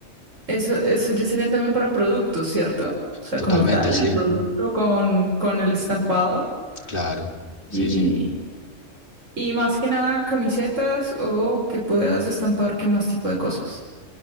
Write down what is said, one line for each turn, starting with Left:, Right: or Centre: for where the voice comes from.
Right: eso, eso ya serían también para productos, ¿cierto? O sea,
Left: Totalmente,
Right: como tal,
Left: sí.
Right: el producto con, con el estampado
Left: Claro.
Right: y,
Left: Sí, sí.
Right: y más que nada camisetas o que puedas estampar qué más tipo de cosas.